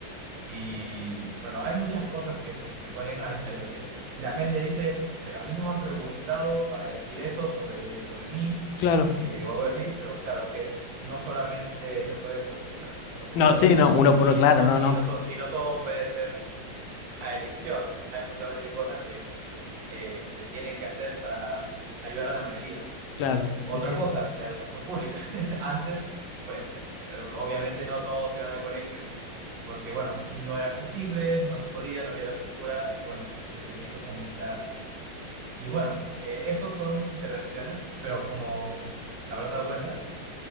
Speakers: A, on the right; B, on the left.
A: Y bueno, hay muchas cosas que pues, se ponen a intervenir y la gente dice, pero a mí no me han preguntado para decir eso sobre, sobre mí
B: claro.
A: eh, o algo así, pero claro, es que no solamente no pueden preguntar <laughs> uno por
B: No,
A: uno
B: sí, no, uno
A: y
B: por uno, claro,
A: no,
B: no,
A: y
B: no,
A: no, to- y no todo puede ser a elección. Hay justamente cosas que eh, se tienen que hacer para ayudar a la mayoría.
B: claro.
A: Otra
B: Sí, sí.
A: cosa, la educación pública. <laughs> Antes, pues eh, obviamente no todos iban al colegio, porque bueno, no era accesible, no se podía, no había la cultura y bueno, se tenía que fomentar. Y bueno, eh, esos son intervenciones, pero como te habrás dado cuenta,